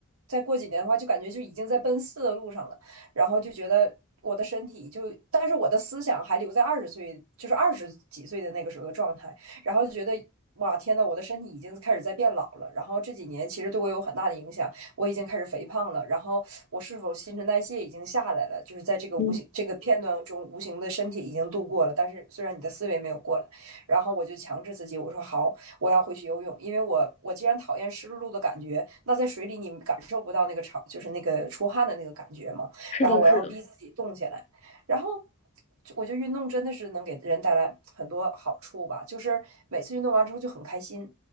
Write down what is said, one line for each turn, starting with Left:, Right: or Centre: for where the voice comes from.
Right: 再过几年的话，就感觉就已经在奔四的路上了。然后就觉得我的身体就，但是我的思想还留在二十岁，就是二十几岁的那个时候的状态，然后就觉得。哇，天呐，我的身体已经开始在变老了，然后这几年其实对我有很大的影响，我已经开始肥胖了，然后我是否新陈代谢已经下来了，就是在这个无形这个片段中，
Left: 嗯，
Right: 无形的身体已经度过了，但是虽然你的思维没有过来，然后我就强制自己，我说好，我要回去游泳，因为我我既然讨厌湿漉漉的感觉，那在水里你感受不到那个潮，就是那个出汗的那个感觉嘛，
Left: 是的，
Right: 然后我要逼自己动起来，
Left: 是的，
Right: 然后我觉得运动真的是能给人带来很多好处吧，就是每次运动完之后就很开心，